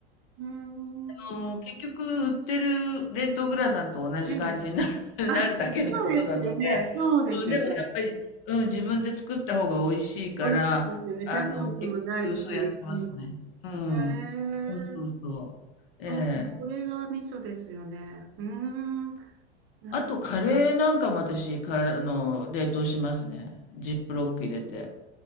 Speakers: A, on the right; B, on the left.
A: うーん。
B: あの、結局売ってる冷凍グラタンと同じ感じになる
A: ね
B: <laughs>
A: あ、
B: なるだけのことなので、
A: そうですよね。そうですよね。
B: うん、でもやっぱり、うん、自分で作った方が美味しいから、
A: 美味しいですよね。
B: あの、
A: 添加物もないし。
B: 結局そうやってますね。
A: うん。
B: うん。
A: へえ。
B: そうそうそう。ええ。
A: そう、それが味噌ですよね。うーん。なる。
B: あと、カレーなんかも私、か、あの、冷凍しますね。ジップロック入れて。